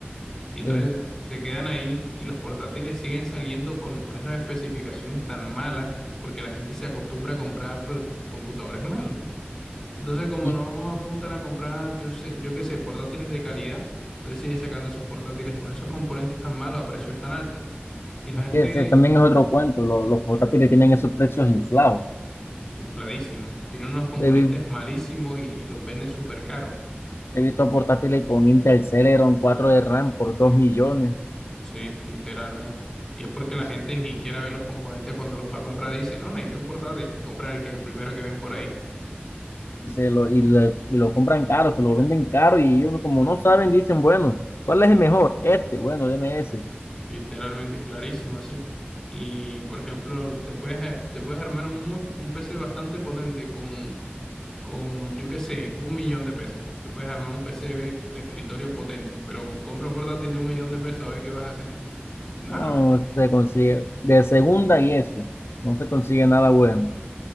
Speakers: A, in the centre; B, on the left (about 75°).
A: Y entonces
B: sí.
A: se quedan ahí y los portátiles siguen saliendo con, con esas especificaciones tan malas porque la gente se acostumbra a comprar pues, computadores malos. Entonces, como
B: Y
A: no apuntan a comprar, yo sé, yo qué sé, portátiles de calidad, entonces sigue sacando esos portátiles con esos componentes tan malos a precios tan altos. Si la gente,
B: que ese también es otro cuento, lo- los portátiles tienen esos precios inflados.
A: infladísimo, tiene unos componentes
B: He, vi-
A: malísimos y, y los venden súper caros,
B: he visto portátiles con Intel Celeron 4 de RAM por 2 millones.
A: sí, literalmente. Y es porque la
B: Es-
A: gente ni siquiera ve los componentes cuando los va a comprar, dice, no, necesito un portátil, compra el que, el primero que ven por ahí,
B: y, se lo, y, le- y lo compran caro, se lo venden caro y ellos como no saben, dicen, bueno, ¿cuál es el mejor? Este, bueno, deme ese.
A: literalmente, clarísimo así. Y, por ejemplo, te puedes, te puedes armar un, muy- un PC bastante potente con con, yo qué sé, un millón de pesos. Te puedes armar un PC de escritorio potente, pero compra un portátil de un millón de pesos a ver qué vas a hacer. Nada.
B: No se consigue de segunda y eso. No se consigue nada bueno.